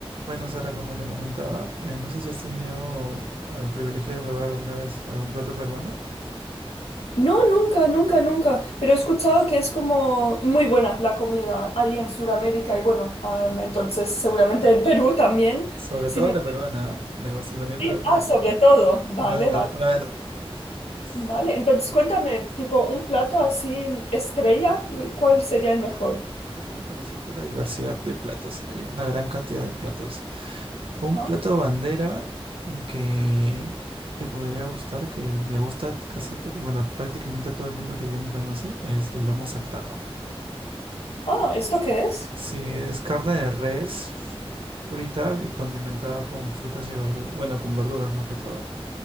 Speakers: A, on the right; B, on the left.
A: Bueno, Sara, como te comentaba, eh, no sé si has tenido el privilegio de probar alguna vez algún plato peruano,
B: No, nunca, nunca, nunca. Pero he escuchado que es como muy buena la comida ahí en Sudamérica y bueno, am, entonces seguramente en Perú también.
A: sobre
B: Si
A: todo
B: me...
A: la peruana, ¿ah? La gastronomía
B: sí,
A: peruana
B: Ah,
A: es
B: sobre todo. Vale,
A: una de las,
B: vale,
A: una de las mejores. Es,
B: vale. Entonces cuéntame, tipo un plato así estrella, ¿cuál sería
A: a
B: el mejor?
A: ver, acá somos conocidos por la diversidad de platos, hay una gran cantidad de platos. Un
B: Ah,
A: plato bandera que te podría gustar, que le gusta casi, a to- bueno, prácticamente a todo el mundo que viene y conoce, es el lomo saltado.
B: ah, ¿esto qué es?
A: Sí, es carne de res frita y condimentada con frutas y verduras. Bueno, con verduras más que todo.